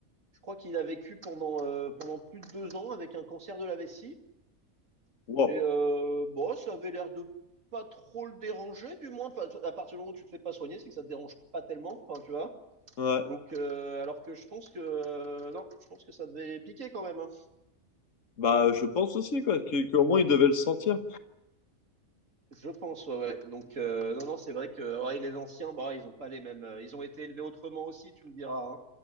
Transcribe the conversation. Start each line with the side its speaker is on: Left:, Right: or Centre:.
Right: je crois qu'il a vécu pendant, euh, pendant plus de deux ans avec un cancer de la vessie.
Left: Wow.
Right: Et euh, bon, ça avait l'air de pas trop le déranger, du moins. Enfin, à partir du moment où tu te fais pas soigner, c'est que ça te dérange pas tellement, enfin, tu vois.
Left: Ouais.
Right: Donc, euh, alors que je pense que euh, non, je pense que ça devait piquer quand même. hein.
Left: Bah, je pense aussi, quoi, qu'au moins, ils devaient le sentir.
Right: Je pense, ouais, ouais. Donc, euh, non, non, c'est vrai que ouais, les anciens, bah, ils ont pas les mêmes. euh, Ils ont été élevés autrement aussi, tu me diras. hein.